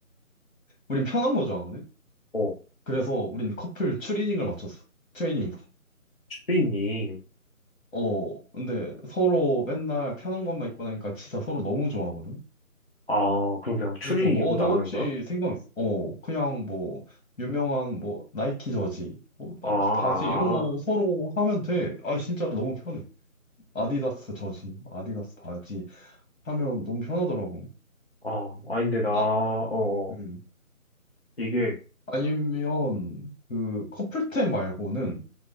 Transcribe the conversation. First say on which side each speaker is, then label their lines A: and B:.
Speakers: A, on the left; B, on the left.
A: 우린 편한 거 좋아하거든?
B: 어,
A: 그래서 우린 커플 추리닝을 맞췄어. 트레이닝.
B: 추리닝.
A: 어, 근데 서로 맨날 편한 것만 입고 다니까 진짜 서로 너무 좋아하거든?
B: 아, 그럼 그냥 추리
A: 그래서 너도
B: 이고 나가는
A: 혹시
B: 거야?
A: 생각했어? 어, 그냥 뭐, 유명한 뭐, 나이키 저지, 뭐, 나이키
B: 아, 아,
A: 바지 이런 거 서로 하면 돼. 아, 진짜 너무 편해. 아디다스 저지, 아디다스 바지 하면 너무 편하더라고.
B: 아, 아, 아닌데, 나, 어,
A: 아, 음.
B: 어. 이게,
A: 아니면 그 커플템 말고는